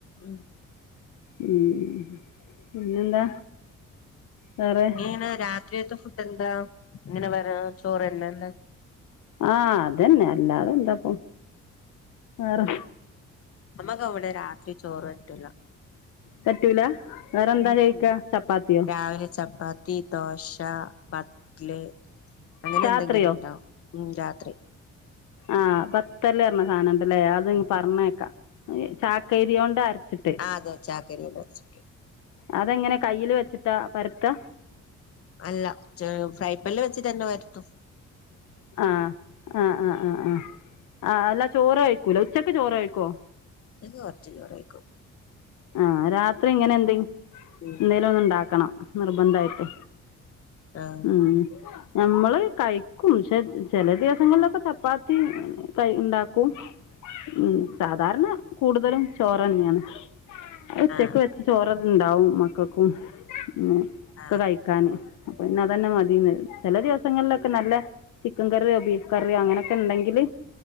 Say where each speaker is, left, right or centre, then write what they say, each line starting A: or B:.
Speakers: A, on the left (about 50°); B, on the left (about 80°).
A: ഉം
B: ഉം പിന്നെന്താ വേറെ
A: ഇനി എങ്ങനാ രാത്രിയത്തെ ഫുഡ് എന്താ ഇങ്ങനെ വരാ ചോറ് തന്നല്ലേ
B: ആഹ് അതന്നെ അല്ലാതെ എന്താപ്പൊ വേറെ
A: അമ്മക്ക് അവിടെ രാത്രി ചോറ് പറ്റൂലാ
B: പറ്റൂല വേറെന്താ
A: <unintelligible>
B: കഴിക്കാ ചപ്പാത്തിയോ
A: രാവിലെ ചപ്പാ ത്തി ദോശ പത്ത്ല് അങ്ങനെ
B: രാത്രിയോ
A: എന്തെങ്കിലും ഉണ്ടാവും ഉം രാത്രി
B: ആഹ് പത്തല് പറഞ്ഞ സാധന <unintelligible> അത്ങ്ങ് പറഞ്ഞേക്കാം
A: ഉം
B: ചാക്കരിയോണ്ട് അരച്ചിട്ട്
A: ആ അതെ ചാക്കരിയില വെച്ചിട്ട്
B: അതെങ്ങനാ കയ്യില് വെച്ചിട്ടാ പരത്താ
A: അല്ല ചെ ഫ്രൈ പാനില് വെചിട്ട് തന്നെ പരത്തും
B: ആഹ് ആഹ് ആഹ് ആഹ് ആഹ് ആഹ് അല്ല ചോറ് കഴിക്കൂല ഉച്ചക്ക് ചോറ് കഴിക്കോ
A: ഉച്ചക്ക് കൊറച്ച് ചോറ് കഴിക്കും
B: ആഹ് രാത്രി ഇങ്ങനെ എന്തെ
A: ഉം
B: എന്തേലും ഒന്ന് ഉണ്ടാക്കണം നിർബന്ധായിട്ട്
A: ആ
B: ഉം നമ്മള് കഴിക്കും പക്ഷെ ചെല ദിവസങ്ങളിലൊക്കെ ചപ്പാത്തി കൈ ഉണ്ടാക്കും ഉം സാധാരണ കൂടുതലും ചോറ് തന്നെയാണ് അത് ഉച്ചക്ക്
A: ആ
B: വെച്ച ചോറത് ഇണ്ടാവും മക്കക്കും പിന്നെ
A: ആ
B: ഒക്കെ
A: ആ
B: കഴി ക്കാന് അപ്പൊ ഇന്ന് അതന്ന മതീന്ന് ചെല ദിവസങ്ങളിലൊക്കെ നല്ല ചിക്കൻ കറിയോ ബീഫ് കറിയോ അങ്ങനെയൊക്കെ ഇണ്ടെങ്കില്